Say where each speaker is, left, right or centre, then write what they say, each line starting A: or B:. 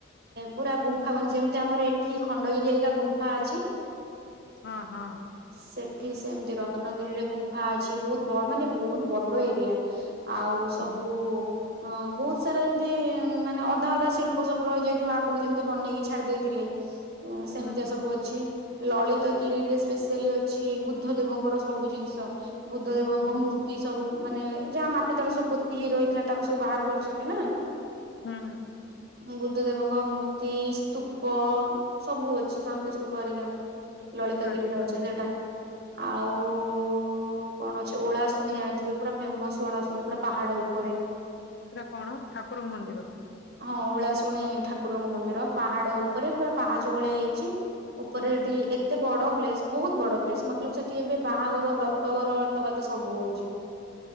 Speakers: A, on the right; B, on the left.
A: ପୁରା ଗୁମ୍ଫାବନ ଯେମିତି ଆମର ଏଠି ଖଣ୍ଡଗିରି ଏରିକା ଗୁ ମ୍ଫା ଅଛି
B: ହଁ ହଁ।
A: ସେଠି ସେମିତି ରତ୍ନଗିରିରେ ଗୁମ୍ଫା ଅଛି ବୋହୁତ୍ ବଡ଼ ମାନେ ବୋହୁତ୍ ବଡ ଏରିଆ। ଆଉ
B: ହୁଁ
A: ସବୁ
B: ହୁଁ
A: ଅ ବୋହୁତ୍ ସାରା ଯେମତି ମାନେ ଅଧା ଅଧା ଶିଳ୍ପ ସବୁ ରହିଯାଇଥିବା ଆଗୁରୁ ଯେମିତି ବନେଇକି ଛାଡି ଦେଇେଥିଲେ। ହଁ ସେମିତିଆ
B: ହୁଁ
A: ସବୁ ଅ ଅଛି ଲଳିତ ଗିରିରେ ସ୍ପେସିଆଲି ଅଛି ବୁଦ୍ଧ ଦେବଙ୍କର ସବୁ ଜିନିଷ। ବୁଦ୍ଧ ଦେବଙ୍କ
B: ହୁଁ
A: ମୂର୍ତ୍ତି ସବୁ ମାନେ ଯାହା ମାଟି ତଳ ସବୁ ପୋତି ହେଇ ରହିଥିଲା ତାକୁ ସବୁ ବାହାର କରିଚନ୍ତି ନା। ହଁ
B: ହୁଁ।
A: ବୁଦ୍ଧ ଦେବଙ୍କ ମୂର୍ତ୍ତି ସ୍ତୁପ ସବୁ ଅଛି ଶାନ୍ତିସ୍ତୁପ ହରିକା ଲଳିତଗିରିରେ
B: ଆଚ୍ଛା
A: ଅଛି ସେଇଟା। ଆଉ। ଓ କଣ ଅଛି ଓଳା ଶୁଣି ଜାଣିଥିବେ ପୁରା ଫେମସ ଓଳା ଶୁଣି ପୁରା ପାହାଡ ଉପରେ।
B: ସେଟା କଣ ଠାକୁରଙ୍କ ମନ୍ଦିର।
A: ହଁ ଓଳାଶୁଣି ଠାକୁରଙ୍କ ମନ୍ଦିର ପାହାଡ ଉପରେ ପୁରା ପାହାଚ ଭଳିଆ ହେଇଚି। ଉପରେ
B: ହୁଁ
A: ହେଟି ଏତ୍ ଏତେ ବଡ ପ୍ଲେସ ବୋହୁତ ବଡ ପ୍ଲେସ ମତଲବ ସେଟି ଏବେ ବାହାଘର ବ୍ରତଘର ତକାତେ ସବୁ ହୋଉଚି।